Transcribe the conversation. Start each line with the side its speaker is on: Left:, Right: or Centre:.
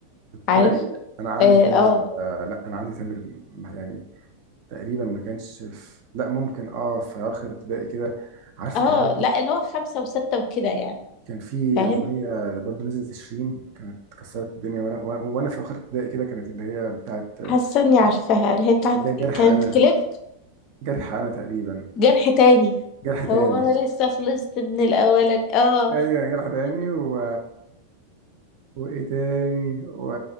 Left: عارف
Right: تلاقي انا عندي
Left: اه
Right: تامر
Left: اه
Right: آه لا انا عندي تامر يعني تقريبا ما كانش في لا ممكن اه في اخر ابتدائي كده عارفه
Left: آه،
Right: كان برضو
Left: لا اللي هو خمسة وستة وكده يعني
Right: كان في
Left: فاهم
Right: اغنيه برضو نزلت شيرين كانت كسرت الدنيا وانا وانا وأنا في اخر ابتدائي كده كانت اللي هي بتاعت آه،
Left: حاسة اني عارفاها اللي هي بتاعت
Right: اللي هي جرح
Left: كانت
Right: انا
Left: كليب
Right: جرح انا تقريبا
Left: جرح تاني
Right: جرح تاني
Left: هو انا لسه خلصت من الاولاني اه
Right: ايوه جرح تاني و... وايه تاني و...